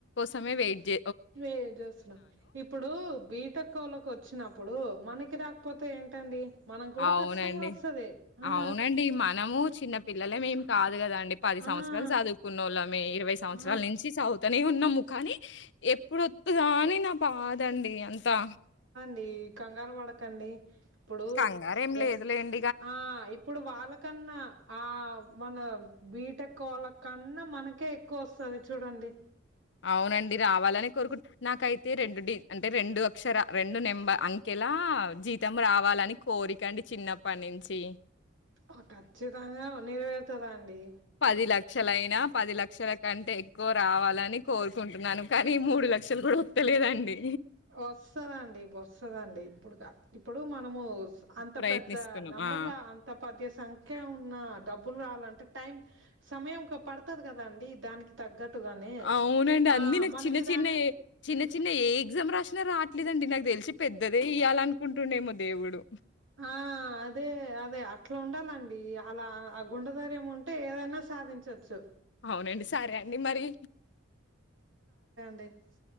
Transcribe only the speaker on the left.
సమయం వెయిడ్జ్
అవునండి
అవునండి మనము చిన్న పిల్లలేమేమి కాదు కద పది సంవత్సరాలు
చదువుకున్నోళ్ళ మే ఇరవై సంవత్సరాల
నుంచి చదువుతనే ఉన్నాము కానీ ఎప్పుడొత్తదా అని నా బాదండి అంతా
కంగారు ఏమి
లేదు లేండి
అవునండి రావాలని కోరుకుంటు నాకైతే రెండు డి అంటే రెండు అక్షర రెండు నెంబ అంకెలా ఆ జీతం రావాలని కోరికండి చిన్నప్పటి నుంచి
పది లక్షలయినా పది లక్షల కంటే ఎక్కువ రావాలని కోరుకుంటున్నాను కానీ మూడు లక్షలు కూడా ఒత్తలేదండి
ప్రయత్నిస్తున్నాం.
ఆ!
అవునండి
అన్న నాకు
చిన్న చిన్న
ఏ చిన్న చిన్న ఎగ్జామ్ రాస రావట్లేదండి నాకు తెలిసి పెద్దదే ఇయ్యాలి అకుంటుండేమో దేవుడు
అవునండి సరే అండి మరి